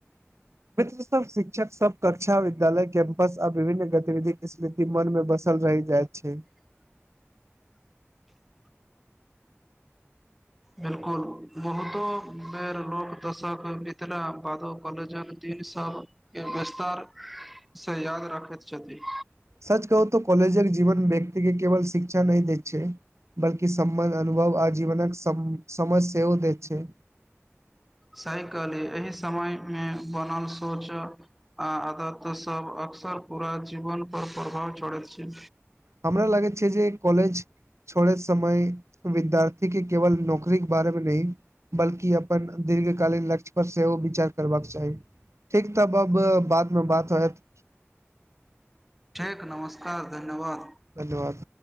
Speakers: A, on the right (about 80°); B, in the centre.
A: मित्र सब शिक्षक सब कक्षा विद्यालय कैंम्पस आ विभिन्न गतिविधि स्मृति मन मे बसल ल रहि जाइत छै
B: <inaudible> बिलकुल बहुतो बेर लोक दशक मिथिला बादो काॅलेजक ई सब के विस्तार से याद राखैत छथि
A: सच कहुतो कॉलजक जीवन व्यक्ति के केवल शिक्षा नहि दै छै बल्कि समबन अनुभव आजीवनक सम समझ सेहो दैत छै
B: सही कहलही एहि समय मे बनल सोच आ आदत सब आ अक्सर पूरा जीवन पर प्रभाव छोड़ैत छै
A: हमरा लागैत छै जे कॉलेज छोड़ोत समय विद्यार्थी के केवल नौकरी के बारेमे नहि बल्कि अपन दीर्घकालीन लक्ष्य पर सेहो विचार करबाक चाही ठीक तब अब बादमे बात हैत
B: ठीक नमस्कार धन्यवाद
A: धन्यवाद